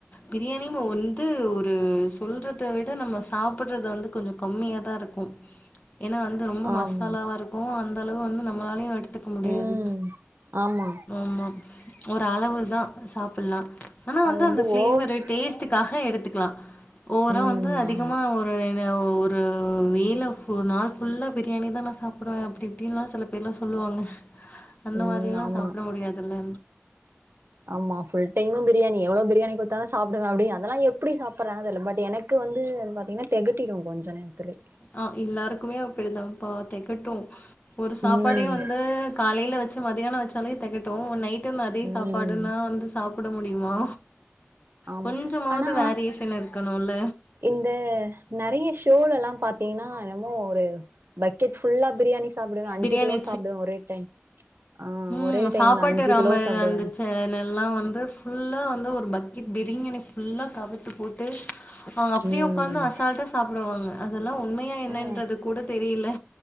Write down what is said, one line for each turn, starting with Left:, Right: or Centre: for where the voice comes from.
Left: பிரியாணி வந்து ஒரு சொல்றத விட நம்ம சாப்புடுறது வந்து கொஞ்சு கம்மியாதா இருக்கு ஏன்னா வந் ரொம்ப மசாலாவா
Right: ஆமா
Left: இருக்கு அந்த அளவு வந்து நம்மளாலையு எடுத்துக்க முடியாது
Right: ம் ஆமா
Left: ஆமா ஒரு அளவு தா சாப்புடலா ஆனா வந்து
Right: அது
Left: அந்த பிளேவரு
Right: ஓவர்
Left: டேஸ்ட்டுக்காக எடுத்துக்கலா ஓவரா
Right: ம்
Left: வந்து அதிகமா
Right: ஆமா
Left: ஒரு என்ன ஒர் ஆ ரியால ஃபு நாள் ஃபுல்லாக பிரியாணி தா நா சாப்டுவே அப்டி இப்டின்லாம் சில பேர் எல்லாம் சொல்லுவாங்க அந்த
Right: ம்
Left: மாரி எல்லா
Right: ஆமா
Left: சாப்பிட முடியாதுல்ல
Right: ஆமா ஃபுல் தினமும் பிரியாணி எவ்ளோ பிரியாணி குடுத்தாலு சாப்டுவ அப்படி அதெல்லா எப்டி சாப்பிடறாங்கன்னு தெரியல பட் எனக்கு வந்து பாத்தீங்கன்னா தெகட்டிடு கொஞ்ச நேரத்துலே
Left: ஆ எல்லாருக்குமே அப்டிதான்ப்பா தெகட்டும் ஒரு சாப்பாடேவந்து
Right: ம்
Left: காலையில வச்சு மதியானோ வச்சாலே தெகட்டூ நைட் டு நெறைய
Right: ம்
Left: சாப்பாடுன்னா வந்து சாப்புட முடியுமா
Right: ஆமா
Left: கொஞ்சமாவது
Right: ஆனா
Left: வேரியேஷன் இருக்கணூல
Right: இந்த நெறைய ஷோலலா பாத்திங்கனா என்னமோ ஒரு பக்கெட் ஃபுல்லா பிரியாணி சாப்புடுவே அஞ்சு
Left: பிரியாணி
Right: கிலோ சாப்டுவே ஒரே டைம் ஆ
Left: உம்
Right: ஒரே டைம்ல
Left: சாப்பாட்டு
Right: அஞ்சு
Left: ராமே
Right: கிலோ சாப்டுவே
Left: அந்த சேன ல்லா வந்து ஃபுல்லா வந்து ஒரு பக்கெட் பிரியாணி ஃபுல்லா கவுத்து போட்டு அவங்க அப்டியே
Right: ம்
Left: உக்காந்து அசால்டா சாப்டுவாங்க அதெல்லா உண்மையா என்னன்றது
Right: ஆ
Left: கூட தெரியல